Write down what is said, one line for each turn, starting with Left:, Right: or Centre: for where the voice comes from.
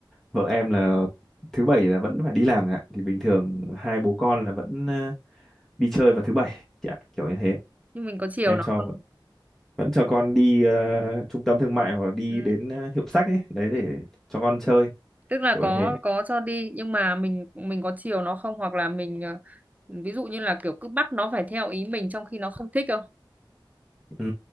Centre: vợ em là thứ bảy là vẫn phải đi làm rồi ạ, thì bình thường hai bố con là vẫn ờ, đi chơi vào thứ bảy, dạ, kiểu như thế
Right: nhưng mình có chiều
Centre: em
Right: nó
Centre: cho
Right: không
Centre: vẫn vẫn cho con đi ờ, trung tâm thương mại hoặc là đi
Right: ừ.
Centre: đến ờ, hiệu sách ấy đấy để
Right: ừ.
Centre: cho con chơi
Right: tức là
Centre: kiểu
Right: có
Centre: như thế
Right: có cho đi nhưng mà mình mình có chiều nó không hoặc là mình ờ, ví dụ như là kiểu cứ bắt nó phải theo ý mình trong khi nó không thích không
Centre: ừ.